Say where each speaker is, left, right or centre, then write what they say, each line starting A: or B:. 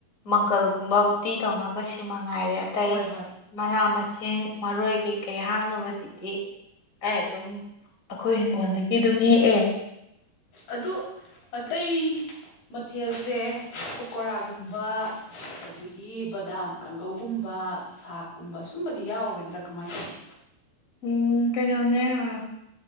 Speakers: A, on the left (about 25°); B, on the left (about 85°).
A: ꯃꯪꯒꯜꯒꯨꯝꯕ ꯎꯇꯤ ꯇꯧꯅꯕ ꯁꯤ ꯃꯉꯥꯏꯔꯦ ꯑꯇꯩ
B: ꯍꯣꯏ ꯍꯣꯏ
A: ꯃꯅꯥ ꯃꯁꯤꯡ ꯃꯔꯣꯏ ꯀꯩꯀꯩ ꯍꯥꯞꯅꯕꯕꯁꯤꯗꯤ ꯑꯩ ꯑꯗꯨꯝ ꯑꯩꯈꯣꯏ ꯍꯤꯡꯒꯣꯜꯗꯒꯤ ꯑꯗꯨꯝ ꯍꯦꯛꯑꯦ
B: ꯑꯗꯣ ꯑꯇꯩ ꯃꯊꯦꯜꯁꯦ ꯄꯀꯣꯔꯥꯒꯨꯝꯕ ꯑꯗꯒꯤ ꯕꯗꯥꯝ ꯀꯥꯡꯒꯧꯒꯨꯝꯕ ꯁꯥꯥꯛꯀꯨꯝꯕ ꯁꯨꯝꯕꯗꯤ ꯌꯥꯎꯔꯣꯏꯗ꯭ꯔꯥ ꯀꯃꯥꯏꯅ ꯇꯧꯅ
A: ꯎꯝ ꯀꯩꯅꯣꯅꯦ ꯑ